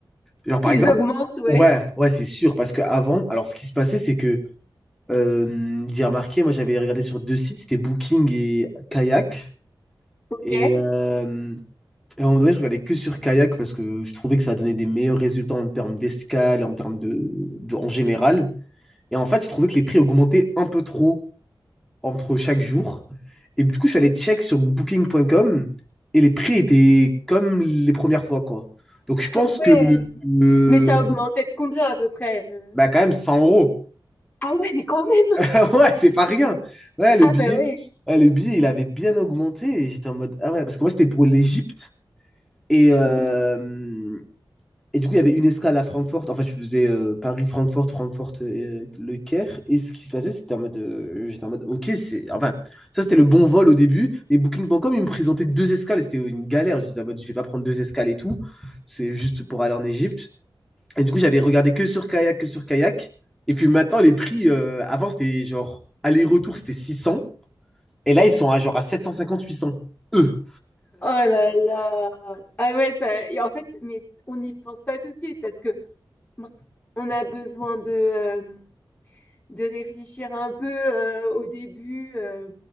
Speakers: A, in the centre; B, on the left (about 20°).
A: Genre, par
B: qu'ils
A: exemple,
B: augmentent, ouais.
A: ouais, ouais, c'est sûr. Parce qu'avant, alors ce qui se passait, c'est que euh, j'ai remarqué, moi j'avais regardé sur deux sites, c'était Booking et Kayak.
B: Ok.
A: Et, euh, et à un moment donné, je regardais que sur Kayak parce que je trouvais que ça donnait des meilleurs résultats en termes d'escale, et en termes de, de- en général. Et en fait, je trouvais que les prix augmentaient un peu trop. entre chaque jour. Et du coup, je suis allé check sur booking.com et les prix étaient comme les premières fois, quoi. Donc, je pense
B: Ah ouais.
A: que, euh,
B: Mais ça a augmenté de combien à peu près? le-
A: bah, quand même, 100 euros.
B: Ah ouais, mais quand même.
A: <laughs> Ouais, c'est pas rien. Ouais, le
B: Ah
A: billet,
B: bah ouais.
A: ouais, le billet, il avait bien augmenté. Et j'étais en mode, ah ouais, parce que moi, c'était pour l'Égypte. Et, euh,
B: Mm.
A: Et du coup, il y avait une escale à Francfort. Enfin, je faisais euh, Paris, Francfort, Francfort, euh, Le Caire. Et ce qui se passait, c'était en mode. euh, J'étais en mode, ok, c'est. Enfin, ça, c'était le bon vol au début. Mais Booking.com, il me présentait deux escales. et C'était une galère. J'étais en mode, je vais pas prendre deux escales et tout. C'est juste pour aller en Égypte. Et du coup, j'avais regardé que sur kayak, que sur kayak. Et puis maintenant, les prix. euh, avant, c'était genre. Aller-retour, c'était 600. Et là, ils sont à genre à 750, 800. Eux.
B: Oh là là. Ah ouais, ça, et en fait, mais on n'y pense pas tout de suite parce que mince, on a besoin de, euh, de réfléchir un peu euh, au début. euh,